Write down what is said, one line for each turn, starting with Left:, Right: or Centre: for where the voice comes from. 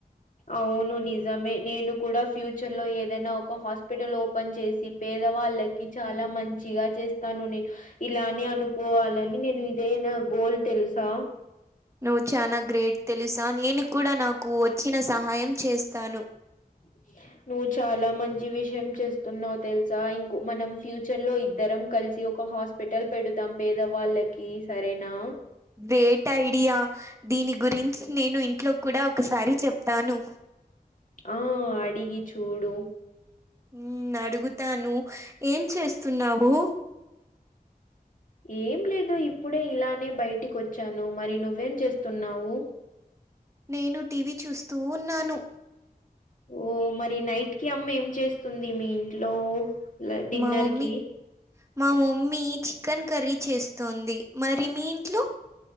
Left: అవును నిజమే నేను కూడా ఫ్యూచర్ లో ఏదైనా ఒక హాస్పిటల్ ఓపెన్ చేసి పేదవాళ్ళ చాలా మంచిగా చేస్తాను నే ఇలానే అనుకోవాలని నేను ఇదేనా గోల్ తెలుసా
Right: నువ్ చానా గ్రేట్ తెలుసా నేను కూడా నాకు వచ్చిన సహాయం చేస్తాను
Left: అ నువ్ చాలా మంచి విషయం చేస్తున్నావ్ తెలుసా ఇంకో మనం ఫ్యూచర్ లో ఇద్దరం కలిసి ఒక హాస్ పెటల్ పెడుదాం పేదవాళ్ళకి సరేనా
Right: గ్రేట్ ఐడియా దీని గురించి నేను ఇంట్లో కూడా ఒకసారి చెప్తాను
Left: ఆ అడిగి చూడు
Right: ఉ అడుగుతాను ఏం చేస్తున్నావు
Left: ఏం లేదు ఇప్పుడే ఇలానే బయటికి వచ్చాను మరి నువ్వేం చేస్తున్నావు
Right: నేను టీవీ చూస్తూ ఉన్నాను
Left: ఓ మరి నైట్ కి అమ్మ ఏం చేస్తుంది మీ ఇంట్లో డిన్నర్
Right: మా మమ్మీ
Left: కి
Right: మా మమ్మీ చికెన్ కర్రీ చేస్తోంది మరి మీ ఇంట్లో